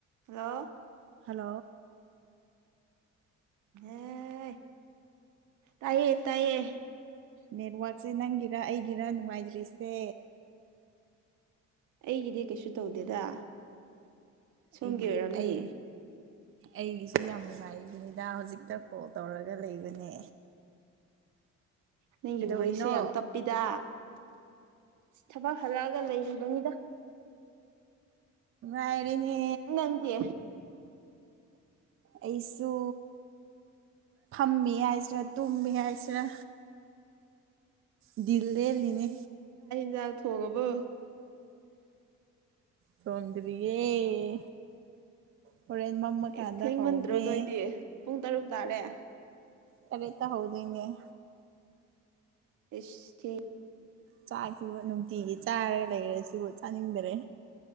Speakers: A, on the right; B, on the right.
A: hello
B: ꯑ
A: ꯑꯦ ꯇꯌꯦ ꯇꯥꯏꯌꯦ
B: ꯅꯦꯠꯋꯥꯛꯛꯁꯦ ꯅꯪꯒꯤꯔ ꯑꯩꯒꯤꯔ ꯅꯨꯡꯉꯥꯏꯇ꯭ꯔꯤꯁꯦ
A: ꯑꯩꯒꯤꯗꯤ ꯀꯩꯁꯨ ꯇꯧꯗꯦꯗ ꯁꯣꯝꯒꯤ
B: ꯑꯩꯒꯤ
A: ꯑꯣꯏꯔꯝꯅꯤ
B: ꯑꯩ ꯑꯩꯒꯤꯁꯨ ꯌꯥꯝ ꯅꯨꯡꯉꯥꯏ ꯅꯤꯗꯥ ꯍꯧꯖꯤꯛꯇ ꯀꯣꯜ ꯇꯧꯔꯒ ꯂꯩꯕꯅꯦ
A: ꯅꯪꯒꯤ
B: ꯀꯩꯗꯧꯔꯤꯅꯣ
A: ꯚꯣꯏꯁꯁꯦ ꯌꯥꯝ ꯇꯞꯄꯤꯗ ꯊꯕꯛ ꯍꯜꯂꯛꯑꯒ ꯂꯩꯔꯤꯕꯅꯤꯗ
B: ꯥꯏꯔꯤꯅꯦ
A: ꯅꯪꯗꯤ
B: ꯑꯩꯁꯨ ꯐꯝꯃꯤ ꯍꯥꯏꯁꯤꯔꯥ ꯇꯨꯝꯃꯤ ꯍꯥꯏꯁꯤꯔꯥ ꯜꯗꯦ ꯂꯩꯅꯦ
A: ꯖꯒ ꯊ ꯍꯒꯕꯣ
B: ꯇꯣꯗꯔꯤꯌꯦꯦ ꯍꯣꯔꯦꯟ ꯃꯃꯥ ꯀꯥꯟꯗ
A: ꯏꯁ ꯊꯦꯡꯃꯟꯗ꯭ꯔꯣ
B: ꯍꯧꯒꯦ
A: ꯅꯣꯏꯗꯤ ꯄꯨꯡ ꯇꯔꯨꯛ ꯇꯥꯔꯦ
B: ꯇꯔꯦꯇ ꯍꯧꯗꯣꯏꯅꯦꯦ
A: ꯏꯁ
B: ꯆꯥꯛꯁꯤꯕꯨ ꯅꯨꯡꯇꯤꯒꯤ ꯆꯥꯔ ꯂꯩꯈꯔꯦ ꯁꯤꯕꯨ ꯆꯥꯅꯤꯡꯗꯔꯦ